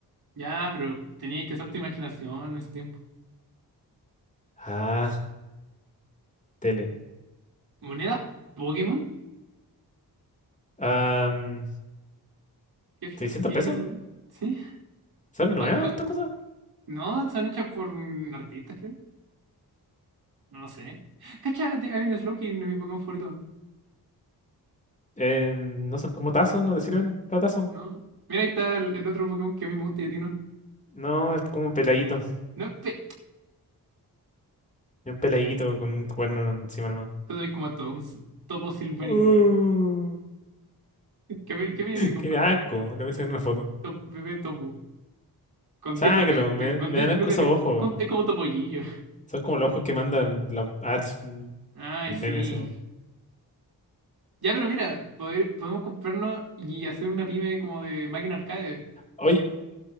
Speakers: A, on the right; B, on the left.
A: Ya, pero tenía que usar tu imaginación en ese tiempo.
B: Ah, tele.
A: ¿Monedas Pokémon?
B: Am,
A: ¿Qué, f-
B: ¿600
A: qué-
B: pesos?
A: sí?
B: ¿Son
A: ¿Cuál-
B: nuevas
A: cuál-
B: estas cosas?
A: No, están hechas por artistas, creo. No lo sé. Cacha, ti- hay un Slowking en mi Pokémon favorito.
B: Eh, no son como tazos, no te sirven para tazos.
A: No. Mira, ahí está el, el otro Pokémon que a mí me gusta y a ti no.
B: No, es como un peladito.
A: No, es pe...
B: Es un peladito con un cuerno encima nomás.
A: Tú sabes como todo topo silvánico.
B: Uh,
A: ¿Qué, vi- qué viene de comprar?
B: qué asco, le voy a sacar una foto.
A: Top- bebé topo. Con
B: Sácalo,
A: diez lucas.
B: me,
A: te- con
B: me
A: 10
B: dan asco
A: lucas
B: esos
A: te
B: ojos.
A: comp- es con- es como topollillo.
B: Son como los ojos que manda la ads, los
A: Ay,
B: memes
A: sí.
B: o.
A: Ya, pero mira, poder- podemos comprarnos y hacer una pyme como de máquina arcade.
B: Oye,